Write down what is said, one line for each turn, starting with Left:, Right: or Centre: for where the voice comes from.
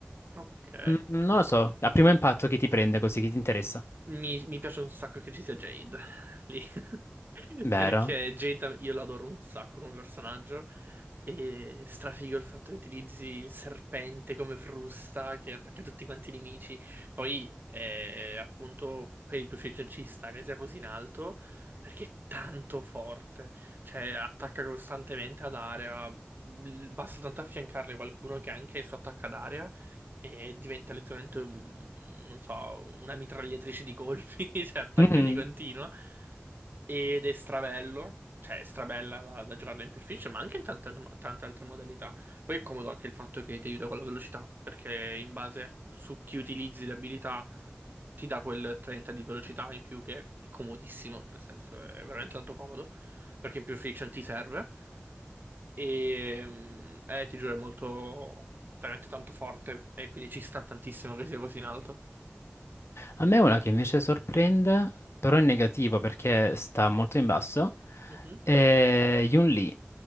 Right: Ok.
Left: Mm, non lo so, a primo impatto chi ti prende così, chi ti interessa.
Right: Mi, mi piace un sacco che ci sia Jade lì. <laughs> Perché
Left: Vero?
Right: Jade io l'adoro un sacco come personaggio. E strafigo il fatto che utilizzi il serpente come frusta che attacca tutti quanti i nemici. Poi, eh, appunto, per il crucifix ci sta che sia così in alto. Perché è tanto forte. Cioè, attacca costantemente ad area. L- Basta tanto affiancarle qualcuno che anche il suo attacco ad area. e diventa letteralmente, un- non so, una mitragliatrice di colpi, <laughs> cioè attacca
Left: Mhm.
Right: di continuo, ed è strabello, cioè è strabella da, da giocarla in Pulp Fiction, ma anche in tante, altre tante altre modalità. Poi è comodo anche il fatto che ti aiuta con la velocità, perché in base a- su chi utilizzi le abilità ti dà quel 30 di velocità in più che è comodissimo, nel senso è veramente tanto comodo, perché in Pulp Fiction ti serve. E mm, eh, ti giuro, è molto veramente tanto forte. E quindi ci sta tantissimo che sia così in alto.
Left: A me una che invece sorprende, però è negativa perché sta molto in basso,
Right: Mhm.
Left: è Yun Lee,